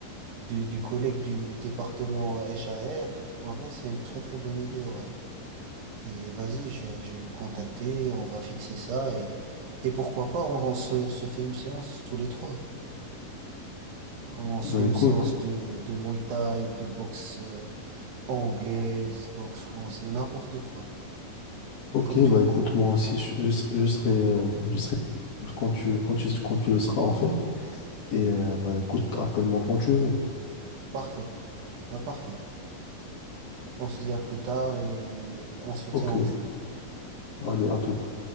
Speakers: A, on the right; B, on the left.
A: du, du collègue du département H A R en vrai, c'est une très très bonne idée, ouais. Et vas-y, je vais je vais lui contacter, on va fixer ça et et pourquoi pas, on, on se, se fait une séance tous les trois. On se
B: ben
A: fait une
B: écoute.
A: séance de de Muay Thai, de boxe euh, anglaise, boxe française, n'importe quoi,
B: Ok,
A: comme tu
B: bah
A: veux.
B: écoute, moi aussi, je, je, serai, je serai euh, je serai quand tu, quand tu, quand tu le seras, en fait. Et euh, bah écoute, appelle-moi quand tu veux.
A: Parfait. Bah, parfait. On se dit à plus tard et on se tient
B: Ok,
A: au jeu.
B: allez, à toute.